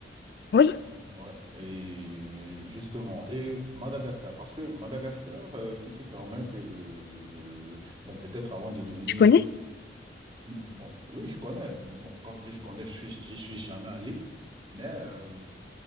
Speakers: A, on the left; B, on the right.
A: Oui,
B: Donc, ouais. Et justement, et Madagascar, parce que Madagascar, euh, si tu permets que je, je, je- bon, peut-être avant de donner,
A: je connais.
B: bon, oui, je connais. Bon, quand je dis je connais, je suis, j'y suis jamais allé, mais euh,